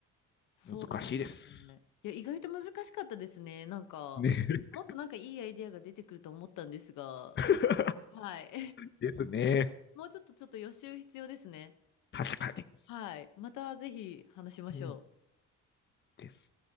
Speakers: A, on the left; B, on the left.
A: そうですね。
B: 難しいです。
A: いや、意外と難しかったですね。なんか、
B: ね。
A: もっとなんかいいアイデアが出てくると思ったんですが、
B: <laughs>
A: はい。
B: ですね。
A: もうちょっとちょっと予習必要ですね。
B: 確かに。
A: はい。またぜひ話しましょう。
B: うん、で